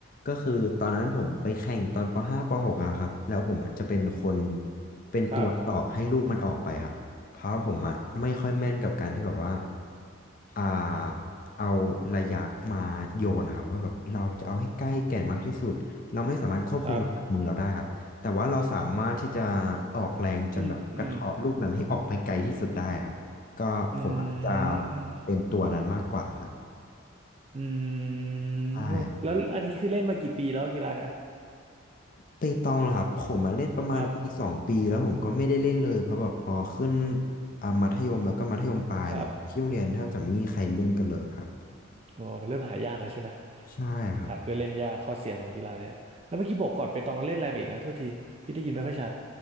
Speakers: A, on the left; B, on the right.
A: ก็คือตอนนั้นผมไปแข่งตอนปห้าปหกอะครับแล้วผมอะจะเป็นคนเป็นตัวตอกให้ลูกมันออกไปครับเพราะผมอะไม่ค่อยแม่นกับการที่แบบว่า
B: ครับ
A: อ่าเอาระยะมาโยนนะครับว่าแบบเราจะเอาให้ใกล้แก่นมากที่สุดเราไม่สามารถควบคุมน้ำหนักมือเราได้ครับแต่ว่าเราสามารถที่จะ
B: ครับ
A: ออกแรงจนแบบกระเทาะลูกนั้นให้ออกไปไกลที่สุดได้ครับก็ผมอาจจะ
B: อืมอืมอืม
A: เป็นตัวนั้นมากกว่าครับ
B: อืมแล้วอันนี้คือเล่นมากี่ปีแล้วกีฬาเนี่ย
A: ใช่ครับไปตองเหรอครับผมมาเล่นประมาณปีสองปีแล้วผมก็ไม่ได้เล่นเลยเพราะแบบพอขึ้น
B: ครับ
A: อ่ามัธยมแล้วก็มัธยมปลายเหมือนที่โรงเรียนแทบจะไม่มีใครเล่นกันเลยครับ
B: ครับอ๋อมันเริ่มหายากเลยใช่ไหม
A: ใช่ครับ
B: หาเพื่อนเล่นยากข้อเสียของกีฬาเนี่ยแล้วเมื่อกี้บอกก่อนไปตองเล่นอะไรมาอีกนะโทษทีพี่ได้ยินไม่ค่อยชัด